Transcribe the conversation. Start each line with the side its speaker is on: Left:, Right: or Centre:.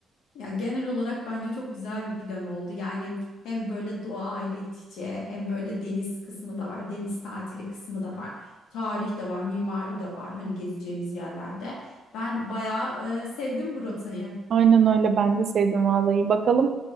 Left: ya genel olarak bence çok güzel bir plan oldu. Yani hem böyle doğa ile iç içe hem böyle deniz kısmı da var. Deniz tatili kısmı da var. Tarih de var, mimari de var. Hani gezeceğimiz yerlerde. Ben bayağı e, sevdim bu rotayı.
Right: Aynen öyle ben de sevdim vallahi. Bakalım